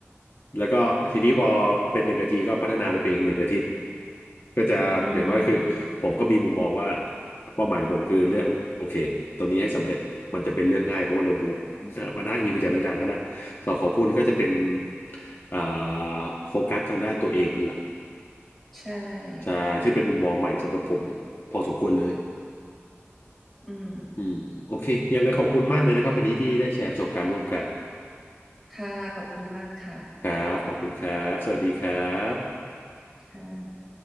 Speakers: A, on the left; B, in the centre.
A: แล้วก็ทีนี้พอเป็นหนึ่งนาทีก็พัฒนาไปเป็นอีกหนึ่งอาทิตย์ก็จะอย่างน้อยคือผมก็มีมุมมองว่า
B: อืม
A: เป้าหมายของผมคือเรื่องโอเคตรงนี้ให้สำเร็จมันจะเป็นเรื่องง่ายเพราะว่าเราดูมันน่าอิงมาจากในหนังอะนะส่วนของคุณก็จะเป็นอ่าโฟกัสทางด้านตัวเองเป็นหลัก
B: ใช่
A: ใช่ซึ่งเป็นมุมมองใหม่สำหรับผม พอสมควรเลย
B: อืม
A: อืมโอเค ยังไงขอบคุณมากเลยนะครับวันนี้ที่ได้แชร์ประสบการณ์ร่วมกัน
B: ค่ะขอบคุณมากค่ะ
A: ครับ ขอบคุณครับ สวัสดีครับ
B: ค่ะ